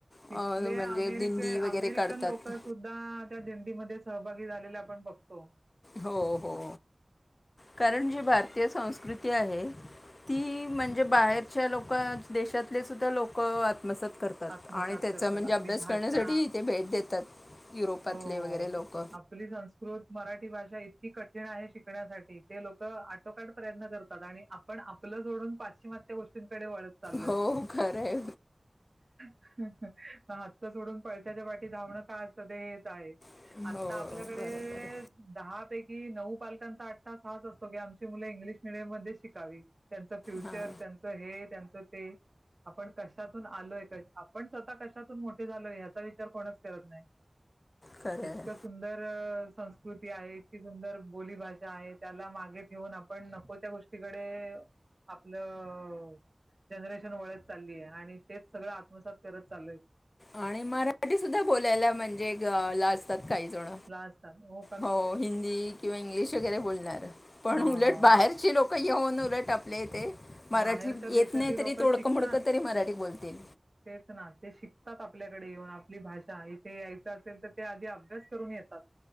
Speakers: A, on the right (about 55°); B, on the left (about 50°).
A: तिथले
B: अं, म्हणजे
A: अमेरिके
B: दिंडी वगैरे
A: अमेरिकन
B: काढतात
A: लोक सुद्धा त्या दिंडीमध्ये सहभागी झालेल्या आपण बघतो.
B: हो हो, कारण जी भारतीय संस्कृती आहे ती म्हणजे बाहेरच्या लोक, देशातले सुद्धा लोक त्मसात करतात
A: आत्मसात
B: आणि त्याचा
A: करतात.
B: म्हणजे
A: आपली
B: अभ्यास
A: भाषा
B: करण्यासाठी ते भेट देतात. युरोपातले
A: हो.
B: वगैरे लोक
A: आपली संस्कृत मराठी भाषा इतकी कठीण आहे शिकण्यासाठी ते लोकं आटोकाट प्रयत्न करतात आणि आप पण आपलं सोडून पाश्चिमात्य गोष्टींकडे वळत चाललोय.
B: हो खरं आहे
A: ह ह हातचं सोडून पळत्याच्या पाटी धावणं काय असतं ते हेच आहे.
B: हो
A: आता आपल्याकडे
B: बरोबर आहे
A: दहा पैकी नऊ पालकांचा अठ्ठाहास हाच असतो की आमची मुलं इंग्लिश मिडियम मध्ये शिकावी. त्यांचं फ्युचर
B: हां
A: त्यांचं हे त्यांचं ते. आपण कशातून आलोय क आपण स्वतः कशातून मोठे झालोय ह्याचा विचार कोणच करत नाही.
B: खरं
A: इतकं
B: आहे
A: सुंदर संस् संकृती आहे इतकी सुंदर बोली भााषा आहे त्याला मागे ठेवून आपण नको त्या गोष्टीकडे आपलं जनरेशन वळत चालली आहे. आणि तेच सगळं आत्मसात करत चाललोय.
B: आणि मराठी सुद्धा बोलायला म्हणजे लाजतात काही जण.
A: लाजतात ओ
B: हो हिंदी किंवा इंग्लिश वगैरे बोलणारं पण
A: हं,
B: उलट बाहेरचे लोक कंयेऊन उलट आपल्या इथे मराठी
A: बाहेरच्या
B: येत
A: देशातील
B: नाही तरी
A: लोकं
B: तोडकं
A: शिकतात.
B: मोडकं तरी मराठी बोलतील.
A: तेच ना ते शिकतात आपल्याकडे येऊन आपली भाषा इथे यायचं असेल तर ते आधी अभ्यास करून येतात.